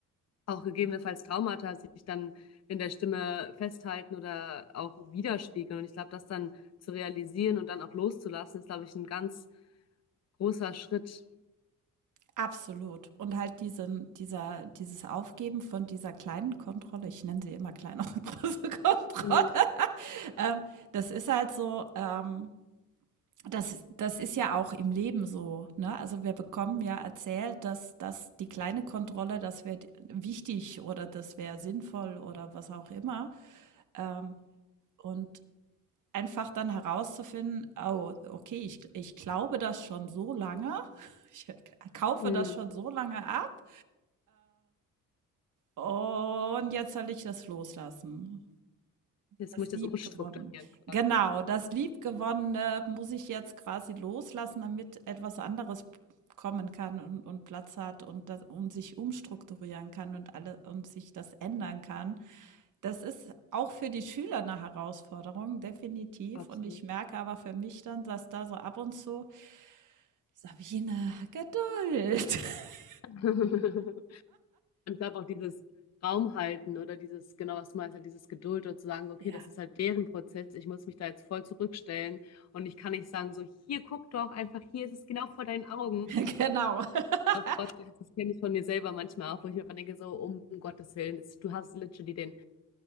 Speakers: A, on the left; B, on the right.
A: auch gegebenenfalls Traumata sich dann in der Stimme festhalten oder auch widerspiegeln. Und ich glaube, das dann zu realisieren und dann auch loszulassen, ist, glaube ich, ein ganz großer Schritt.
B: Absolut. Und halt diesen dieser dieses Aufgeben von dieser kleinen Kontrolle, ich nenne sie immer kleine und große <laughs> Kontrolle.
A: Mhm.
B: Ähm, das ist halt so, ähm, das das ist ja auch im Leben so, ne? Also wir bekommen ja erzählt, dass dass die kleine Kontrolle, das wäre wichtig oder das wäre sinnvoll oder was auch immer. Ähm, und einfach dann herauszufinden, oh, okay, ich, ich glaube das schon so lange, <laughs> ich kaufe
A: Mhm.
B: das schon so lange ab äh, und jetzt soll ich das loslassen.
A: Jetzt
B: Das
A: muss ich
B: Liebgewonnene.
A: das umstrukturieren quasi.
B: Genau, das Liebgewonnene muss ich jetzt quasi loslassen, damit etwas anderes kommen kann und, und Platz hat und, das, und sich umstrukturieren kann und alle und sich das ändern kann. Das ist auch für die Schüler eine Herausforderung, definitiv.
A: Absolut.
B: Und ich merke aber für mich dann, dass da so ab und zu, Sabine, Geduld. <laughs>
A: <laughs> Und ich glaube auch dieses Raum halten oder dieses, genau was du meinst, halt dieses Geduld oder zu sagen, so, okay,
B: Ja,
A: das ist halt deren Prozess, ich muss mich da jetzt voll zurückstellen und ich kann nicht sagen, so, hier guck doch einfach, hier ist es genau vor deinen Augen.
B: <laughs> genau. <laughs>
A: Auch vorstellen, das kenne ich von mir selber manchmal auch, wo ich mir immer denke, so, um Gottes Willen, es- du hast literally den